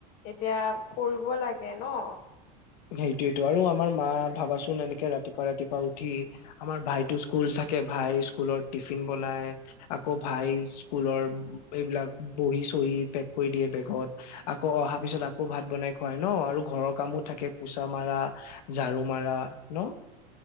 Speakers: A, on the left (about 60°); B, on the left (about 80°).
A: এতিয়া কৰিব লাগে ন'।
B: সেইটোয়েটো আৰু আমাৰ মা ভাবাচোন এনেকে ৰাতিপুৱা ৰাতিপুৱা উঠি আমাৰ ভাইতো স্কুল থাকে ভাই স্কুলত টিফিন বনাই আকৌ ভাই স্কুলৰ এইবিলাক বহি চহি পেক কৰি দিয়ে বেগত। আকৌ অহা পিছত আকৌ ভাত বনাই খুৱাই ন' আৰু ঘৰৰ কামো থাকে। পোচা মাৰা, ঝাৰু মাৰা ন'।